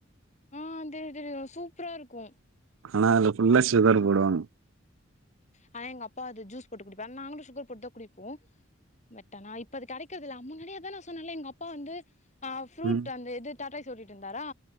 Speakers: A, on the left; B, on the right.
A: ஆ தெரியு தெரியு சூப்பரா இருக்கும்
B: ஆனா அதுல ஃபுல்லா சுகர் போடுவாங்
A: ஆனா எங்க அப்பா அது ஜூஸ் போட்டு குடிப்பாங் நாங்களு சுகர் போட்தா குடிப்போ பட் ஆனா இப்ப அது கெடைக்குறதில்ல அம் முன்னாடியே அதா நா சொன்னல எங்க அப்பா வந்து நா ஃப்ரூட்
B: ம்
A: அந்த இது டாட்டாய் சொல்லிட்டு இருந்தாரா